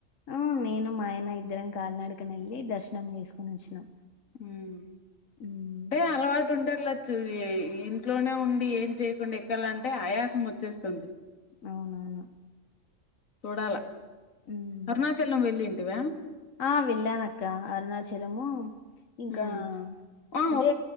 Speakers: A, on the left (about 70°); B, on the left (about 85°).
A: ఆ నేను మాయనా ఇద్దరం క కాల్నాడనేళ్ళి దర్శనం చేసుకొని వచ్చినాం
B: మ్
A: ఉమ్.
B: ఏ అలావైకుంఠంల్ లచ్చు ఇ ఇంట్లోనే ఉండి ఏం చేయకుండా ఎక్కాలంటే ఆయాసం వచ్చేస్తుంది
A: అవునవును
B: చూడాల
A: ఉమ్.
B: అరుణాచలం వెళ్లింటివా
A: ఆ వెళ్ళానక్క అరుణాచలము ఇంకా
B: హ్మ్ ఆ
A: అంటే